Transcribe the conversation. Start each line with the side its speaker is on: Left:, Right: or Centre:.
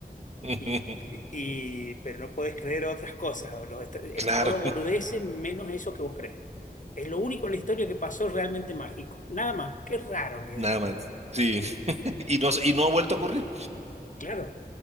Right: <laughs>
Left: Y, y- pero no podés creer otras cosas. los est- es
Right: Claro,
Left: todo boludeces menos eso que vos crees. Es lo único en la historia que pasó realmente mágico. Nada más. Qué raro que
Right: nada
Left: es.
Right: más. Sí, <laughs> y no, y no ha vuelto a ocurrir.
Left: Claro,